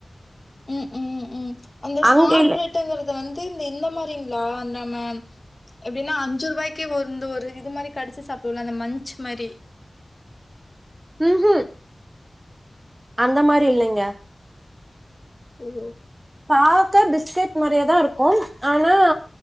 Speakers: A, on the left; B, on the right.
A: ம் ம் ம் அந்த சாட்
B: அங்க இல்ல
A: ப்ரெடுங்கறது வந்து இந்த இந்த மாரிங்ளா நம்ம எப்டின்னா அஞ்சுருவாய்க்கு வந்து ஒரு இது மாரி கடுச்சு சாப்டுவல்ல அந்த மன்ச் மாரி
B: ம் ம் அந்த மாரி இல்லைங்க
A: ஓ ஓ
B: பாக்க பிஸ்கெட் மாரியே தா இருக்கும் ஆனா